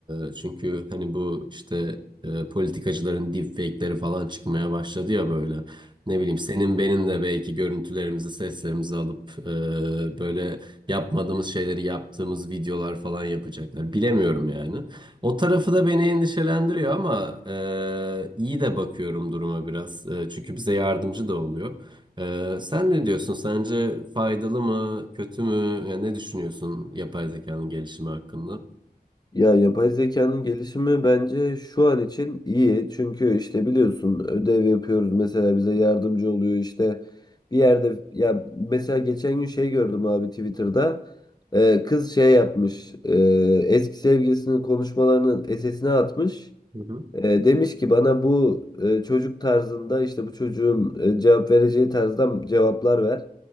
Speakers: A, on the right; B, on the left.
A: Ee, çünkü hani bu işte e, politikacıların deepfake'leri falan çıkmaya başladı ya böyle. Ne bileyim senin benim de belki görüntülerimizi, seslerimizi alıp e, böyle yapmadığımız şeyleri yaptığımız videolar falan yapacaklar. Bilemiyorum yani. O tarafı da beni endişelendiriyor ama e, iyi de bakıyorum duruma biraz. E, çünkü bize yardımcı da oluyor. Ee, sen ne diyorsun? Sence faydalı mı, kötü mü? Yani ne düşünüyorsun yapay zekanın gelişimi hakkında?
B: Ya yapay zekanın gelişimi bence şu an için iyi. Çünkü işte biliyorsun ödev yapıyoruz mesela bize yardımcı oluyor işte bir yerde ya mesela geçen gün şey gördüm abi Twitter'da Ee, kız şey yapmış ee, eski sevgilisinin konuşmalarının SS'ine atmış.
A: Hı hı.
B: Ee, demiş ki bana bu e, çocuk tarzında işte bu çocuğun e, cevap vereceği tarzda cevaplar ver.